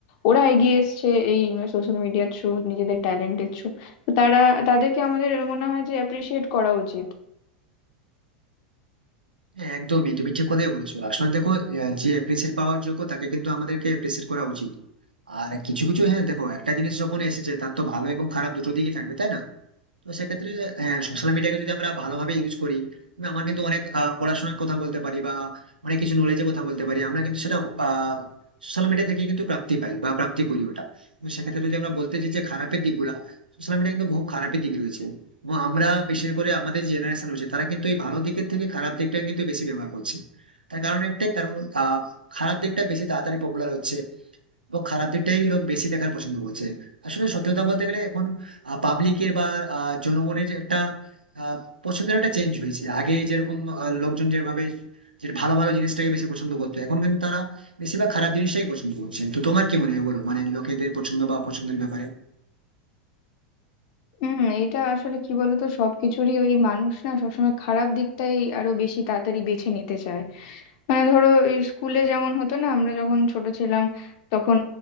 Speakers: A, on the left; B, on the right.
A: ওরা এগিয়ে এসছে এই সোশ্যাল মিডিয়ার থ্রু নিজেদের ট্যালেন্টের থ্রু তো তারা তাদেরকে আমাদের মনে হয় যে অ্যাপ্রিসিয়েট করা উচিত
B: হ্যাঁ একদমই তুমি ঠিক কথাই বলেছো আসলে দেখো আহ, যে অ্যাপ্রিসিয়েট পাওয়ার যোগ্য তাকে কিন্তু আমাদেরকে অ্যাপ্রিসিয়েট করা উচিত আর কিছু কিছু হ্যাঁ দেখো একটা জিনিস যখন এসেছে তার তো ভালো এবং খারাপ দুটো দিকই থাকবে তাই না তো সেক্ষেত্রে হ্যাঁ সোশ্যাল মিডিয়াকে যদি আমরা ভালোভাবে ইউজ করি তবে আমরা কিন্তু অনেক আহ, পড়াশোনার কথা বলতে পারি বা অনেক কিছু নলেজের কথা বলতে পারি আমরা কিন্তু সেটা সোশ্যাল মিডিয়া থেকে কিন্তু প্রাপ্তি পাই বা প্রাপ্তি করি ওটা তো সেক্ষেত্রে যদি আমরা বলতে চাই যে খারাপের দিকগুলা সোশ্যাল মিডিয়া কিন্তু বহু খারাপের দিক রয়েছে এবং আমরা বিশেষ করে আমাদের জেনারেশন রয়েছে তারা কিন্তু এই ভালো দিকের থেকে খারাপ দিকটা কিন্তু বেশি ব্যবহার করছে তার কারণ একটাই কারণ আহ, খারাপ দিকটা বেশি তাড়াতাড়ি পপুলার হচ্ছে এবং খারাপ দিকটাই লোক বেশি দেখার পছন্দ করছে আসলে সত্যি কথা বলতে গেলে এখন পাবলিকের বা আহ, জনগণের যে একটা আহ, পছন্দের একটা চেঞ্জ হয়েছে আগে যেরকম আহ, লোকজন যেভাবে যে ভালো ভালো জিনিসটাকে বেশি পছন্দ করতো এখন কিন্তু তারা বেশিরভাগ খারাপ জিনিসটাই পছন্দ করছে তো তোমার কি মনে হয় বলো মানে লোকেদের পছন্দ বা অপছন্দের ব্যাপারে
A: হুম এইটা আসলে কি বলতো সবকিছুরই ওই মানুষ না সবসময় খারাপ দিকটাই আরো বেশি তাড়াতাড়ি বেছে নিতে চায় মানে ধরো এই স্কুলে যেমন হতো না আমরা যখন ছোট ছিলাম তখন